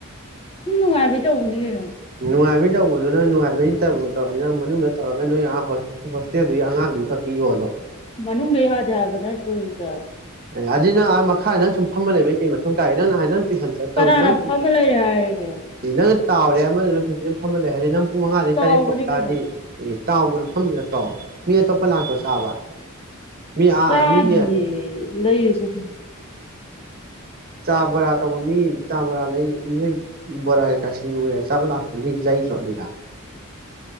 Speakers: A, on the left; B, on the right.
A: ꯁꯨꯝ ꯅꯨꯡꯉꯥꯏꯕꯩ ꯇꯧꯕꯅꯤ ꯀꯩꯅꯣ
B: ꯅꯨꯡꯉꯥꯢꯕꯩ- ꯇꯧꯕꯗꯣꯅꯥ ꯅꯨꯡꯉꯥꯏꯕꯩ ꯇꯧꯕꯨ ꯇꯧꯔꯗꯤ ꯃꯅꯨꯡꯗ ꯇꯧꯔꯒꯥ ꯅꯣꯏꯒꯤ ꯑꯥ ꯍꯣꯁꯇꯦꯜ ꯗꯨꯏ ꯑꯉꯥꯡ ꯗꯨꯗ ꯄꯤꯌꯣ ꯗꯣ
A: ꯃꯅꯨꯡꯗ ꯌꯥꯗꯦ ꯍꯥꯏꯕꯥ ꯅꯠꯇꯔꯣ ꯗ
B: ꯑꯦ ꯑꯗꯨꯗꯤ ꯅꯪ ꯃꯈꯥ ꯅꯪ ꯁꯨꯝ ꯐꯝꯃ ꯂꯩꯕꯩ ꯀꯩ ꯃꯊꯧ ꯇꯥꯒꯦ ꯅꯪ ꯅꯍꯥꯟ ꯅꯪ ꯇꯨꯏꯁꯟ ꯆꯠ
A: ꯀꯅꯥꯅ
B: ꯇꯧ ꯅꯪ
A: ꯐꯝꯃ ꯂꯩꯔꯦ ꯍꯥꯏꯔꯒꯦ
B: ꯅꯪꯅ ꯇꯥꯎꯔꯦ ꯐꯝꯃꯥ ꯂꯩ ꯍꯥꯏꯗꯤ ꯅꯪ <unintelligible> ꯄꯨꯡ ꯃꯉꯥꯗꯩ
A: ꯆꯥꯎꯕꯅꯦ
B: ꯇꯔꯦꯠꯄꯨꯛ ꯇꯥꯛꯑꯗꯤ
A: ꯀꯩꯅꯣ
B: ꯑꯦ ꯇꯥꯎꯕꯗꯣ ꯐꯝꯃꯤ ꯅꯠꯇꯔꯣ ꯃꯤ ꯑꯇꯣꯞꯄ ꯂꯥꯛꯇ꯭ꯔꯣ ꯆꯥꯕ ꯃꯤ ꯑꯥ
A: ꯆꯥꯗꯤꯌꯦ
B: ꯃꯤꯒꯤ
A: ꯂꯩꯔꯁꯨ <inaudible>
B: ꯆꯥ ꯕꯣꯔꯥ ꯇꯧꯕ ꯃꯤ ꯆꯥ ꯕꯣꯔꯥ ꯂꯩ ꯅꯣꯏ ꯕꯣꯔꯥ ꯀꯩꯀ ꯁꯤꯡꯖꯨ ꯀꯩꯀ ꯆꯥꯕ ꯂꯥꯛꯄ ꯃꯤ ꯂꯩꯗꯔꯣ ꯑꯗꯨꯗ